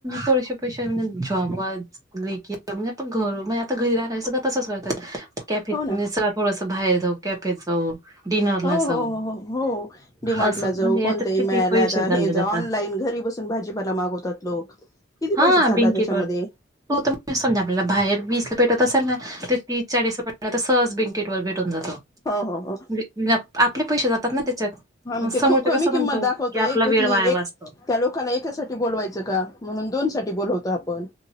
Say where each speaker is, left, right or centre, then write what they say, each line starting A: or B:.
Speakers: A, on the right; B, on the left.
A: तुळशी पेक्षा म्हणजेच जॉबच लेखी <unintelligible> घर म्हणे आता घरी राहणारे सगळ तंसच करत्यात कॅफेत
B: हो ना
A: चला थोडंसं बाहेर जाऊ. कॅफेत जाऊ. डिनरला
B: हो
A: जाऊ
B: हो हो हो डीमार्टला
A: असं म्हणजे
B: जाऊ
A: याच्यात
B: कोणतही
A: किती
B: मिळाय
A: पैसे
B: आता
A: चालले
B: हे जाव
A: जाता
B: ऑनलाईन घरी बस सुन भाजीपाला मागवतात लोक किती
A: हा
B: पैसे चालला
A: बिंकिट
B: त्याच्यामध्ये.
A: वर
B: हम्म
A: तो तर समजा आपल्याला बाहेर वीसला पेटत असेल ना ते तीस चाळीस रुपये ला सहज ब्लिंकिट वर भेटून जात.
B: हो हो हो.
A: म्हणजे आपले पैशे जातात ना त्याच्यात.
B: हां
A: मग
B: ते
A: समोरचा
B: खूप कमी
A: कसं म्हणतो,
B: किंमत दाखवतय
A: की आपला
B: एक
A: वेळ
B: घेतली
A: वाया वाचतो.
B: एक त्या लोकांला एकासाठी बोलवायचं का म्हणून दोन साठी बोलवतो आपण.